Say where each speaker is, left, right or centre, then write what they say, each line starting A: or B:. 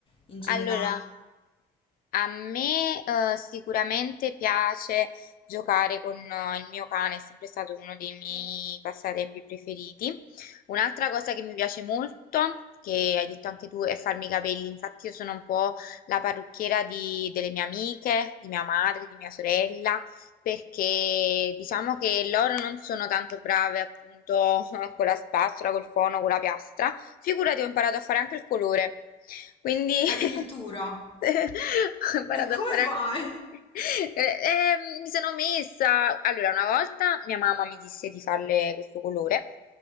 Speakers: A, on the left (about 30°); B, on the left (about 60°).
A: in generale?
B: Allora, A me, eh, sicuramente piace giocare con eh, il mio cane, è sempre stato uno dei miei passatempi preferiti. Un'altra cosa che mi piace molto, che hai detto anche tu, è farmi i capelli. Infatti io sono un po' la parrucchiera di- delle mie amiche, di mia madre, di mia sorella, perché diciamo che loro non sono tanto brave appunto <laughs> con la spazzola, col fono, con la piastra. Figurati, ho imparato a fare anche il colore. Quindi
A: Addirittura?
B: <laughs> ho imparato
A: E come
B: a fare anche...
A: fai?
B: Eh, eh, mi sono messa... Allora, una volta mia mamma mi disse di farle questo colore,